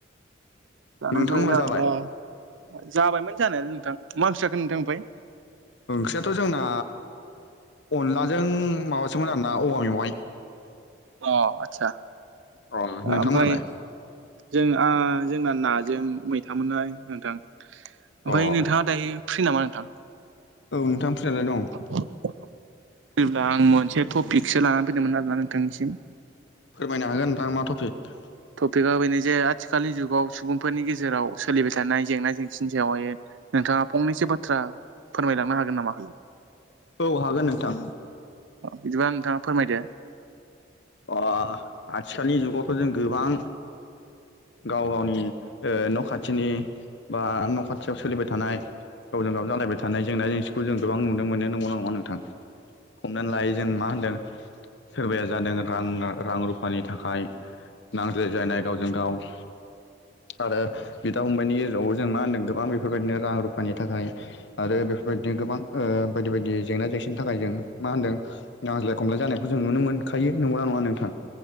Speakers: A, on the right; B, on the left.
A: जानायफोरा
B: नोंथांमोना
A: जाबायबा-
B: जाबाय
A: जाबायमोन जानायालाय नोंथां मा ओंख्रि नोंथां ओमफ्राय?
B: ओंख्रियाथ' जोंना अनलाजों माबासोमोन आरोना औवा मेवाइ।
A: अ आदसा
B: अ
A: ओ
B: नोंथांमोनालाय
A: ओमफ्राय जों आ जोंना नाजों मैथा मोनहाय नोंथां। ओमफफ्राय
B: अ औ
A: नोंथाङा दायो फ्रि नामा नोंथां?
B: औ नोंथां फ्रियालाय दं।
A: फ्रिब्ला आं मोनसे टपिकसो लानानै फैदोंमोन आरोना नोंथांनिसिम?
B: फोरमायनो हागोन नोंथां मा टपिक?
A: टपिकआ बेनो जे आथिखालनि जुगाव सुबुंफोरनि गेजेराव सोलिबाय थानाय जेंना जेंसिनि सायावहायो। नोंथाङा फंनैसो बाथ्रा फोरमायलांनो हागोन। नामा
B: औ हागोन नोंथां
A: बिदिबा नोंथाङा फोरमायदो।
B: अ आथिखालनि जुगावथ' जों गोबां। गाव गावनि न' खाथिनि। बा न' खाथियाव सोलिबाय थानाय। गावजों गाव जालायबाय थानाय जेंना जेंसिखौ जों गोबां नुनो मोनो नंगौना नङा नोंथां। हमनानै लायो जों मा होनदों सोरबाया जादों। रां रां रुफानि थाखाय नांज्लायजायनाय गावजों गाव। आरो बिदा फंबायनि गेजेरावबो जों मा होनदों गोबां बेफोरबायदिनो रां रुफानि थाखाय। आरो बेफोरबायदिनो गोबां ओ बायदि बायदि जेंना जेंसिनि थाखाय जों मा होनदों। नांज्लाय खमलाय जानायखौ जों नुनो मोनखायो नंगौ ना नङा नोंथां?